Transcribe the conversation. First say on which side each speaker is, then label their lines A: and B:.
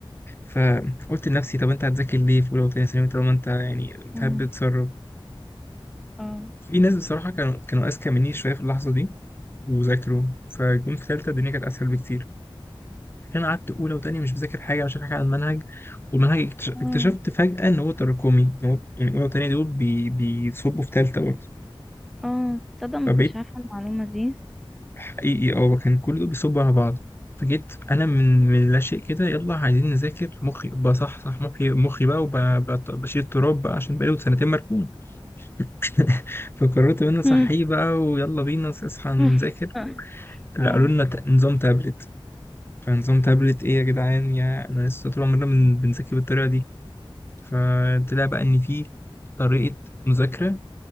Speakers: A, on the left; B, in the centre.
A: فقلت لنفسي طب أنت هتذاكر ليه في أولى وتانية ثانوي طالما أنت يعني الامتحان
B: امم
A: بتسرب
B: اه
A: في ناس بصراحة كانوا كانوا أذكى مني شوية في اللحظة دي وذاكروا فجم في تالتة الدنيا كانت أسهل بكتير فكان قعدت اولى وتانية مش مذاكر حاجه مش فاكر حاجه عن المنهج والمنهج اكتش- اكتشفت
B: امم
A: فجاه ان هو تراكمي إن هو يعني اولى وتانية دول بي... بيصبوا في تالتة برضه
B: اه تصدق ما
A: فبقيت
B: كنتش عارفة المعلومة دي
A: حقيقي اه كان كل دول بيصبوا على بعض فجيت انا من من لا شيء كده يلا عايزين نذاكر مخي بصحصح مخي مخي بقى وبشيل التراب بقى عشان بقالي سنتين مركون <laughs> فقررت ان انا صحيح
B: امم
A: بقى ويلا بينا اصحى نذاكر
B: <laughs> اه
A: لا
B: آه.
A: قالوا لنا ت- نظام تابلت فنظام تابلت ايه يا جدعان يا انا لسه طول عمرنا بن- بنذاكر بالطريقه دي فطلع بقى ان في طريقة مذاكرة